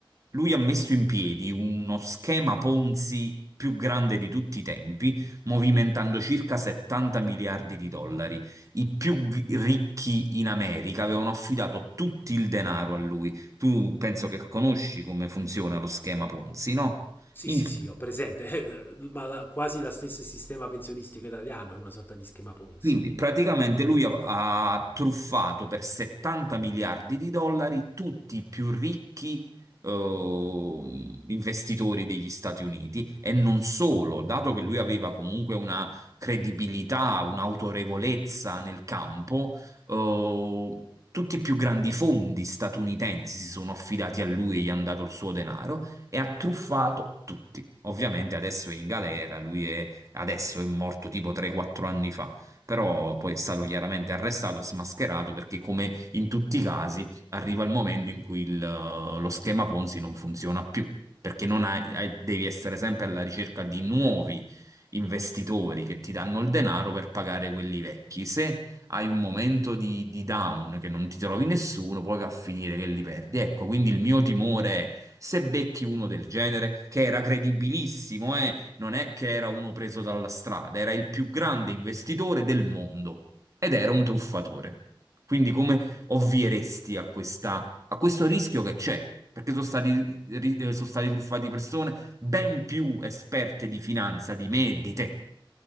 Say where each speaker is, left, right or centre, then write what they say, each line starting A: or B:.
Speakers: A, on the right; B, on the left.
A: Lui ha messo in piedi uno schema Ponzi più grande di tutti i tempi, movimentando circa 70 miliardi di dollari. I più vi- ricchi in America avevano affidato tutto il denaro a lui. Tu penso che conosci come funziona lo schema Ponzi, no?
B: Sì,
A: In-
B: sì, sì, ho presente, <laughs> ma la- quasi lo stesso sistema pensionistico italiano, è una sorta di schema Ponzi.
A: Quindi praticamente lui ha, ha truffato per 70 miliardi di dollari tutti i più ricchi ehm, investitori degli Stati Uniti e non solo, dato che lui aveva comunque una credibilità, un'autorevolezza nel campo, eh, tutti i più grandi fondi statunitensi si sono affidati a lui e gli hanno dato il suo denaro e ha truffato tutti. Ovviamente adesso è in galera, lui è, adesso è morto tipo 3-4 anni fa però poi è stato chiaramente arrestato e smascherato perché, come in tutti i casi, arriva il momento in cui il, eh, lo schema Ponzi non funziona più, perché non hai- hai- devi essere sempre alla ricerca di nuovi investitori che ti danno il denaro per pagare quelli vecchi. Se hai un momento di, di down che non ti trovi nessuno, poi va a finire che li perdi. Ecco, quindi il mio timore è se becchi uno del genere, che era credibilissimo, eh, non è che era uno preso dalla strada, era il più grande investitore del mondo ed era un truffatore. Quindi come ovvieresti a questa- a questo rischio che c'è? Perché sono stati, ri- eh, sono stati truffati persone ben più esperte di finanza di me e di te.